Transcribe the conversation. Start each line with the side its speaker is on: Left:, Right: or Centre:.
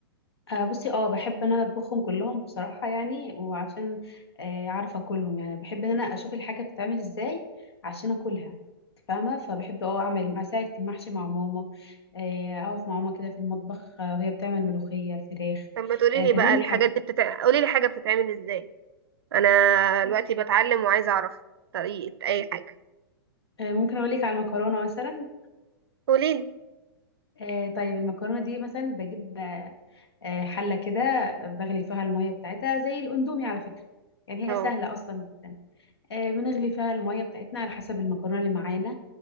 Left: أه بصي اه بحب ان انا اطبخهم كلهم بصراحه يعني وعشان أه عارفه اكلهم يعني بحب ان انا اشوف الحاجه بتتعمل ازاي عشان اكلها إنت فاهمه فبحب اه اعمل اساعد في المحشي مع ماما آه، اقف مع ماما كده في المطبخ آه، وهي بتعمل ملوخيه الفراخ
Right: طب ما تقولي
Left: أه
Right: لي
Left: فدي
Right: بقى
Left: من
Right: الحاجات
Left: الحاجات
Right: دي بتتع... قولي لي حاجه بتتعمل ازاي انا دلوقتي بتعلم وعايزه اعرف طريقه اي حاجه
Left: أه ممكن اقول لك على المكرونه مثلا
Right: قولي لي
Left: آه طيب المكرونة دي مثلا بجيب آه، آه، حلة كده بغلي فيها المية بتاعتها زي الأندومي على فكرة يعني
Right: اه
Left: هي سهلة أصلا جدا آه، بنغلي فيها المية بتاعتنا على حسب المكرونة اللي معانا